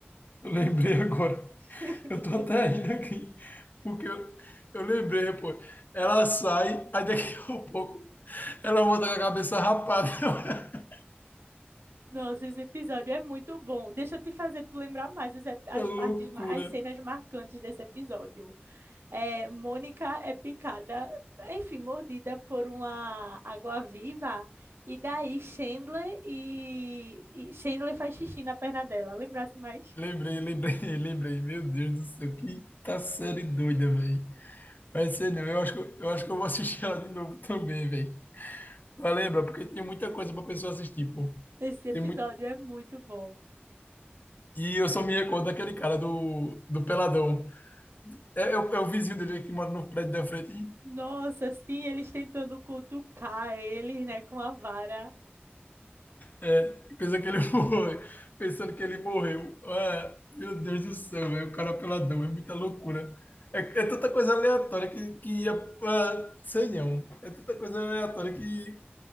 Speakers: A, on the left; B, on the right.
A: Eu lembrei agora.
B: <laughs>
A: Eu tô até rindo aqui, porque eu, eu lembrei, pô. Ela sai, aí daqui a pouco ela volta com a cabeça rapada. <laughs>
B: Nossa, esse episódio é muito bom. Deixa eu te fazer tu lembrar mais os ep- as,
A: É loucura.
B: partes, ma- as cenas marcantes desse episódio. É, Mônica é picada, enfim, mordida por uma água-viva. E daí Chandler e, e Chandler faz xixi na perna dela. Lembrasse mais?
A: Lembrei, lembrei, <laughs> lembrei. Meu Deus do céu, que tá série doida, velho. mas ser não. Eu acho que, eu eu acho que eu vou assistir ela de novo também, velho. Mas lembra, porque tem muita coisa pra pessoa assistir, pô.
B: Esse episódio
A: Tem muito...
B: é muito bom.
A: E eu só me recordo daquele cara do, do Peladão. É, é o é o vizinho dele que mora no prédio da frente.
B: Nossa, sim, eles tentando cutucar eles, né, com a vara.
A: É, pensa que ele <laughs> foi pensando que ele morreu. Ah, meu Deus do céu, velho, o cara é peladão, é muita loucura. É, é tanta coisa aleatória que, que ia. ah, sei não. É tanta coisa aleatória que,